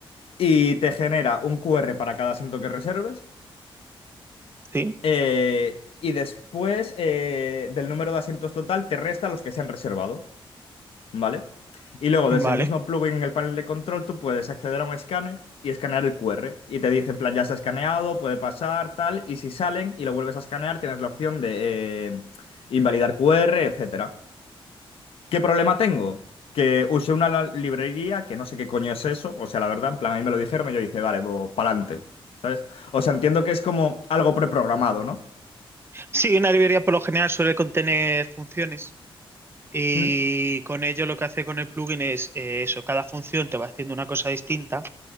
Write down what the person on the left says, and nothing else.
y te genera un QR para cada asiento que reserves.
eh, y después eh, del número de asientos total te resta los que se han reservado, ¿vale? Y luego desde
el mismo plugin en el panel de control tú puedes acceder a un escáner y escanear el QR. Y te dice en plan, ya se ha escaneado, puede pasar, tal. Y si salen y lo vuelves a escanear, tienes la opción de eh, invalidar QR, etcétera. ¿Qué problema tengo? Que usé una la- librería que no sé qué coño es eso. O sea, la verdad, en plan, ahí me lo dijeron y yo dije, vale, pues pa'lante, ¿sabes? O sea, entiendo que es como algo preprogramado, ¿no?
¿Mm?